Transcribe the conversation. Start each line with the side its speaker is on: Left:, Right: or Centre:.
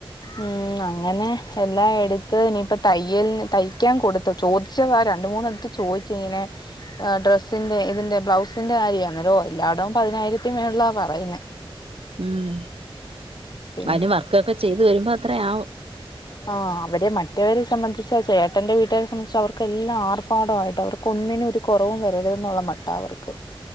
Left: ഉം അങ്ങനെ എല്ലാം എടുത്ത് ഇനീപ്പൊ തയ്യൽന് തയ്ക്കാൻ കൊടുത്ത് ചോദിച്ചതാരാ രണ്ടുമൂന്നേട്ത്ത് ചോദിച്ചിങ്ങനെ ആ ഡ്രസ്സിന്റെ ഇതിന്റെ ബ്ലൗസിന്റെ കാര്യന്നല്ലോ ഓ എല്ലാടോം പതിനായിരത്തി മേൾല പറയുന്നെ
Right: ഉം
Left: പിന്നെ
Right: അതിന് വർക്കൊക്കെ ചെയ്ത് വരുമ്പോ അത്രയാവും
Left: ആ അവരെ മറ്റവരെ സംബന്ധിച്ച് ചേട്ടന്റെ വീട്ടുകാരെ സംബന്ധിച് അവർക്കെല്ലാം ആർഭാടയിട്ട് അവർക്ക് ഒന്നിനും ഒരു കുറവും വരരുതന്നുള്ള മട്ട അവർക്ക്